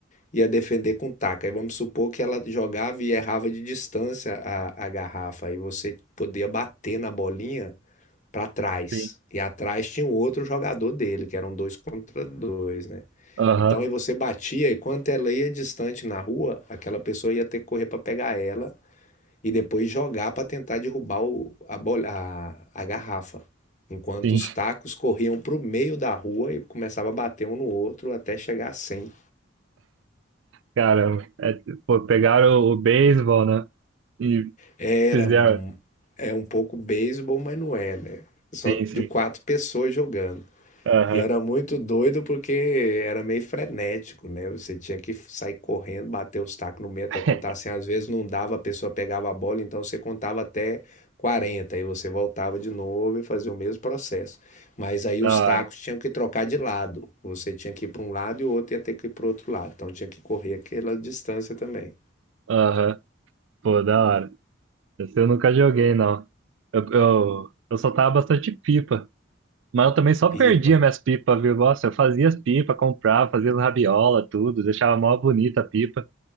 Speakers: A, on the left; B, on the right.
A: ia defender com taco Aí vamos supor que ela jogava e errava de distância a, a garrafa, aí você podia bater na bolinha para trás.
B: sim.
A: E atrás tinha um outro jogador dele, que eram dois contra dois, né?
B: Aham,
A: Então aí você batia e quanto ela ia distante na rua, aquela pessoa ia ter que correr para pegar ela e depois jogar para tentar derrubar o, a, bol- a, a garrafa. Enquanto
B: sim.
A: os
B: <laughs>
A: tacos corriam para o meio da rua e começava a bater um no outro até chegar a cem
B: Caramba. É, pô, pegaram o, o beisebol, né? E
A: Era
B: fizeram.
A: um- é um pouco beisebol, mas não é, né? Só
B: Sim, sim.
A: de quatro pessoas jogando.
B: Aham.
A: E era muito doido porque era meio frenético, né? Você tinha que sair correndo, bater os tacos no meio até
B: <laughs>
A: contar assim. Às vezes não dava, a pessoa pegava a bola, então você contava até quarenta aí você voltava de novo e fazia o mesmo processo. Mas aí
B: Da
A: os
B: hora.
A: tacos tinham que trocar de lado. Você tinha que ir para um lado e o outro ia ter que ir para o outro lado. Então tinha que correr aquela distância também.
B: Aham, Pô, da hora. Esse eu nunca joguei, não. Eu, eu, eu soltava bastante pipa, mas eu também só
A: Pipa.
B: perdia minhas pipas, viu? Nossa, eu fazia as pipas, comprava, fazia as rabiola, tudo, deixava mó bonita a pipa.